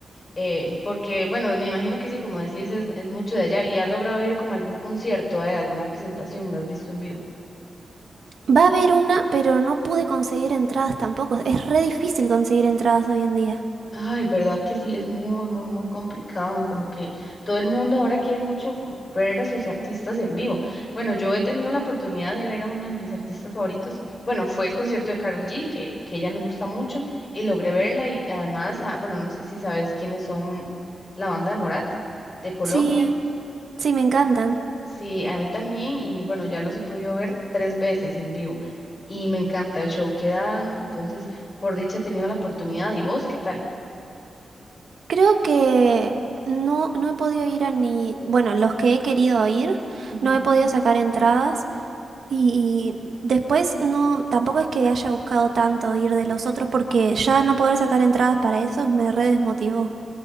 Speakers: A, on the left; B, on the right.
A: Eh, porque, bueno, me imagino que sí, como decís, es, es mucho de allá. ¿Y has logrado ir como a algún concierto, eh, alguna presentación? ¿Lo has visto en vivo?
B: Va a haber una, pero no pude conseguir entradas tampoco. Es re difícil conseguir entradas hoy en día.
A: Ay, verdad que sí, es muy, muy, muy complicado, como que todo el mundo ahora quiere mucho como ver a sus artistas en vivo. Bueno, yo he tenido la oportunidad de ver a uno de mis artistas favoritos. Bueno, fue el concierto de Karol G, que, que ella me gusta mucho, y logré verla y además, ah, bueno, no sé si sabes quiénes son la banda de Morat de Colombia.
B: Sí, sí, me encantan.
A: Sí, a mí también, y bueno, ya los he podido ver tres veces en vivo y me encanta el show que dan, entonces, por dicha he tenido la oportunidad. ¿Y vos qué tal?
B: Creo que no, no he podido ir a ni... Bueno, los que he querido ir,
A: Ujú.
B: no he podido sacar entradas. Y, y después no, tampoco es que haya buscado tanto ir de los otros porque ya no poder sacar entradas para esos me re desmotivó.